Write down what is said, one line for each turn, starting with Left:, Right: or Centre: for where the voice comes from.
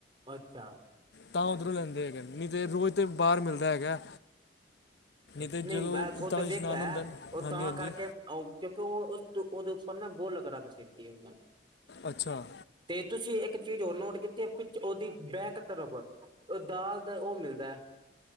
Right: ਅੱਛਾ
Left: ਤਾਂ ਉੱਧਰੋਂ ਲੈਂਦੇ ਹੈਗੇ, ਨਹੀਂ ਤਾਂ ਰੋਜ਼ ਤਾਂ ਬਾਹਰ ਮਿਲਦਾ ਹੈਗਾ ਤੇ
Right: ਨਹੀਂ
Left: ਜਦੋਂ
Right: ਮੈਂ ਖੁੱਦ
Left: ਤਾਂ ਇਸ਼ਨਾਨ
Right: ਵੇਖਿਐ
Left: ਹੁੰਦਾ ਨਾ
Right: ਉਹ
Left: ਹਾਂਜੀ
Right: ਤਾਂ
Left: ਹਾਂਜੀ
Right: ਕਰਕੇ ਤੇ ਉਸ ਉਹਦੇ ਉੱਪਰ ਨਾ ਗੋਲ ਰੱਖ ਦਿੱਤੀ ਉਹਨਾਂ ਨੇ
Left: ਅੱਛਾ
Right: ਤੇ ਤੁਸੀਂ ਇੱਕ ਚੀਜ਼ ਹੋਰ ਨੋਟ ਕੀਤੀ ਹੈ, ਪ ਉਹਦੀ ਬੈਕ ਤਰਫ ਦਾਲ ਦਾ ਉਹ ਮਿਲਦਾ ਹੈ